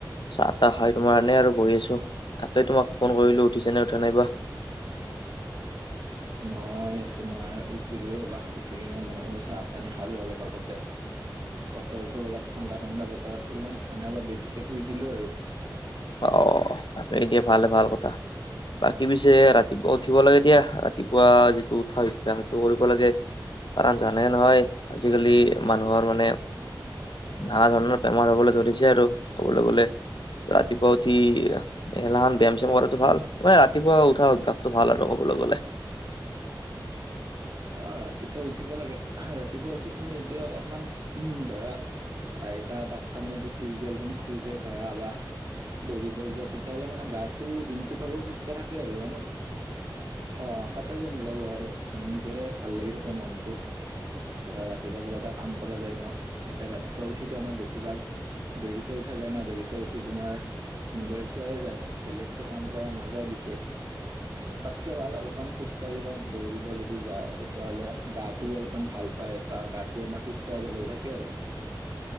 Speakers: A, on the left; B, on the right.
A: চাহ তাহ খাই তোমাৰ এনে আৰু বহি আছো, তাকে তোমাক ফোন কৰিলো উঠিছে নে, উঠা নাই বা।
B: মই তোমাৰ উঠিলো ৰবা, উঠি কিনে মইয়ো চাহ পানী খালো অলপ আগতে। বতৰটো অলপ ঠাণ্ডা ঠাণ্ডা বতৰ আছিল ন সেইকাৰণে অলপ বেছিকৈ শুই দিলোঁ আৰু।
A: অ, এতিয়া ভালে ভাল কথা। বাকী পিছে ৰাতিপুৱা উঠিব লাগে দিয়া, ৰাতিপুৱা যিটো উঠা অভ্যাস সেইটো কৰিব লাগে। কাৰণ জানে নহয় আজিকালি মানুহৰ মানে, নানা ধৰণৰ বেমাৰ হ'বলৈ ধৰিছে আৰু ক'বলৈ গ'লে, ৰাতিপুৱা উঠি, এলান ব্যায়াম চ্যাম কৰাটো ভাল মানে ৰাতিপুৱা উঠা অভ্যাসটো ভাল আৰু ক'বলৈ গলে,
B: অ ৰাতিপুৱা উঠিব লাগে ৰাতিপুৱা উঠি তুমি যদি অলপমান ধৰা, চাৰিটা পাঁচটা মানত উঠি যদি অলপমান খোজে কাঢ়া বা, দৌৰিব যোৱা তেতিয়াহ'লে মানে গাটো দিনটোৰ ভাগো সুস্থ থাকে আৰু আৰু, স সতেজ অনুভৱ হয় আৰু মানে নিজৰে ভাল লাগি থাকে মনটো, ধৰা ৰাতিপুৱা কিবা এটা কাম কৰা যায় ন এতিয়া ৰাতিপুৱা উঠি টো আমাৰ বেছিভাগ, দেৰিকে উঠা যায় ন দেৰিকে উঠি তোমাৰ, মোবাইল চোৱাই যায়, বেলেগটো কাম কৰা নাযায় বিশেষ। তাতকে ভাল অলপমান খোজকাঢ়ি বা দৌৰিব যদি যাওঁ তে তেতিয়াহ'লে গাটোও অলপমান ভাল পায় বা গাটো আমাৰ সুস্থ সৱল হৈ থাকে আৰু।